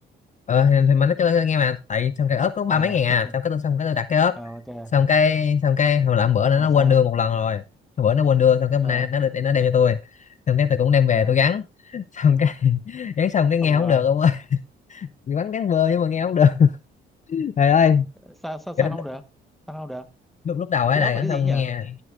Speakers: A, on the left (about 40°); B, in the centre.
A: ờ thì, thì mình nói cho tôi nghe mà tại xong cái ốp có ba
B: À,
A: mấy ngàn à
B: <laughs>
A: xong cái tôi xong cái tôi đặt cái ốp
B: à ok,
A: xong cái xong cái hồi làm bữa nữa
B: xong
A: nó
B: rồi
A: quên
B: sao?
A: đưa một lần rồi Hồi bữa nó quên đưa xong cái bữa
B: À,
A: nay nó được nó đem cho tôi xong cái tôi cũng đem về
B: à,
A: tôi gắn xong cái <laughs> gắn xong cái nghe
B: không vừa.
A: không được ông ơi gắn gắn vơ nhưng mà nghe không được <laughs> trời ơi
B: Sao sao sao
A: kiểu, lúc
B: không được? Sao không được?
A: lúc lúc đầu ấy
B: Cái
A: là
B: ốp
A: gắn
B: là cái
A: xong
B: gì nhỉ?
A: nghe